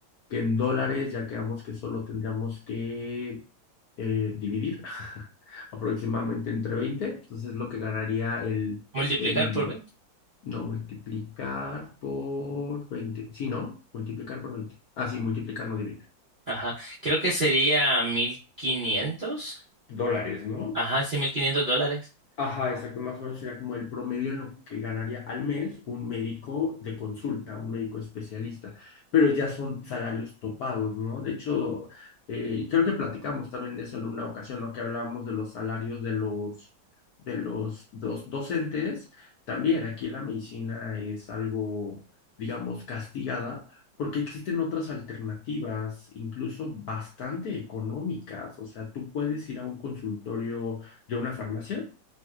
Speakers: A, on the left; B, on the right.
A: que en dólares ya quedamos que solo tendríamos que eh, dividir. <laughs> aproximadamente entre veinte Entonces, lo que ganaría el,
B: Multiplicar
A: el,
B: por B.
A: no, multiplicar por veinte Sí, ¿no? Multiplicar por veinte Ah, sí, multiplicar, no dividir.
B: Ajá, creo que sería mil quinientos,
A: Dólares, ¿no?
B: Ajá, sí, 1500 dólares.
A: Ajá, exacto, más o menos sería como el promedio en lo que ganaría al mes un médico de consulta, un médico especialista, pero ya son salarios topados, ¿no? De hecho, eh, creo que platicamos también de eso en una ocasión, ¿no? Que hablábamos de los salarios de los, de los, dos docentes. También aquí la medicina es algo, digamos, castigada porque existen otras alternativas, incluso bastante económicas. O sea, tú puedes ir a un consultorio de una farmacia